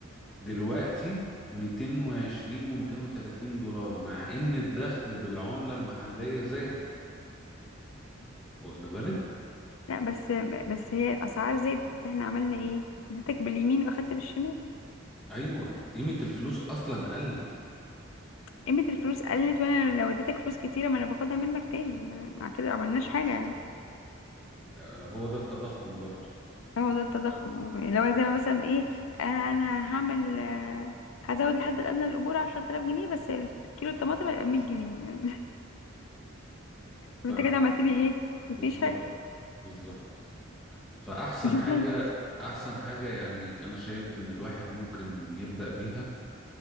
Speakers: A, in the centre; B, on the left.
A: دلوقتي 220 و230 دولار مع ان الدخل بالعملة المحلية زاد واخد بالك
B: لا بس بس هي الاسعار زادت فاحنا عملنا ايه اديتك باليمين واخدت بالشمال
A: ايوه قيمة الفلوس اصلا قلت
B: قيمة الفلوس قلت وانا لو اديتك فلوس كتيرة ما انا باخدها منك تاني ما- مع كده ما عملناش حاجة يعني
A: آه، هو ده التضخم برضو
B: هو ده التضخم اه. اللي هو لو زي ما مثلا ايه آه انا هعمل آه هزود الحد الادنى للاجور 10000 جنيه بس الكيلو الطماطم هيبقى 100 جنيه <laughs> طب
A: ف
B: انت كده عملت لي ايه مفيش
A: بالظبط
B: حاجة
A: بالظبط فاحسن
B: <laughs> مش
A: حاجة
B: هتقول
A: احسن حاجة يعني انا شايف ان الواحد ممكن يبدأ بيها